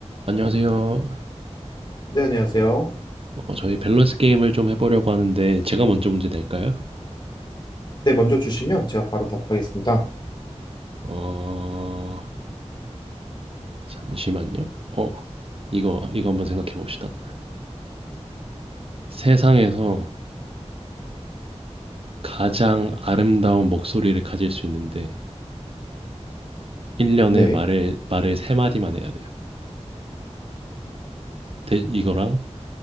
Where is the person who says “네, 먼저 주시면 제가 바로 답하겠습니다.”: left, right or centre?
Left